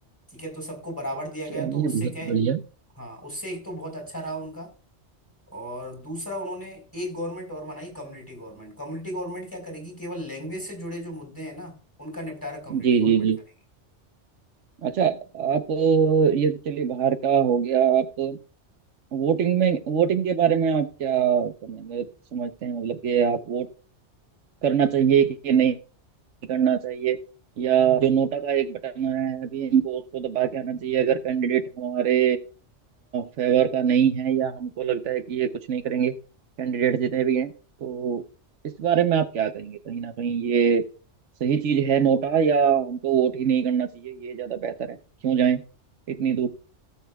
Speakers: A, on the left; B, on the right.
A: ठीक है तो सबको बराबर दिया गया
B: चलिए
A: तो उससे
B: बहुत
A: क्या है
B: बढ़िया
A: हाँ उससे एक तो बहुत अच्छा रहा उनका और दूसरा उन्होंने एक गवर्नमेंट और बनाई कम्युनिटी गवर्नमेंट कम्युनिटी गवर्नमेंट क्या करेगी केवल लैंग्वेज से जुड़े जो मुद्दे हैं ना उनका निपटारा कम्युनिटी
B: जी
A: गवर्नमेंट
B: जी जी
A: करेगी
B: अच्छा आप अ, ये तो चलिए बाहर का हो गया आप वोटिंग में वोटिंग के बारे में आप क्या समझ समझते हैं मतलब कि आप वोट करना चाहिए कि नहीं करना चाहिए या जो नोटा का एक बटन है अभी इनको उसको दबा के आना चाहिए अगर कैंडिडेट हमारे फेवर का नहीं है या हमको लगता है कि ये कुछ नहीं करेंगे कैंडिडेट जितने भी हैं तो इस बारे में आप क्या कहेंगे कहीं ना कहीं ये सही चीज है नोटा या हमको वोट ही नहीं करना चाहिए ये ज्यादा बेहतर है क्यों जाएं इतनी दूर